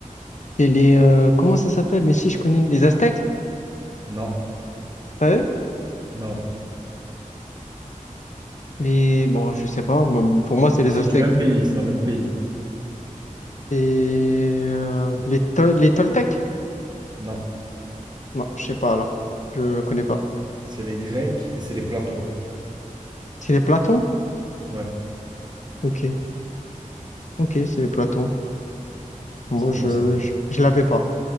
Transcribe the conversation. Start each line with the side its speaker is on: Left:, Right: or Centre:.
Left: et les... euh, comment ça s'appelle? Mais si, je connais. Les Aztèques?
Right: Non,
Left: C'est Pas eux?
Right: non.
Left: Les, bon, je sais pas, bon, pour moi, c'est
Right: Mais
Left: les
Right: c'est
Left: Aztèques.
Right: du même pays, c'est dans le même pays.
Left: Et euh, les, Tol- les Toltecs?
Right: Non.
Left: Non, je sais pas alors. Je connais pas.
Right: C'est les Grecs et c'est les Platons.
Left: C'est les Platons?
Right: Ouais,
Left: Ok, ok, c'est les Platons. Moi,
Right: c'est bon
Left: je,
Right: à savoir.
Left: je, je l'avais pas.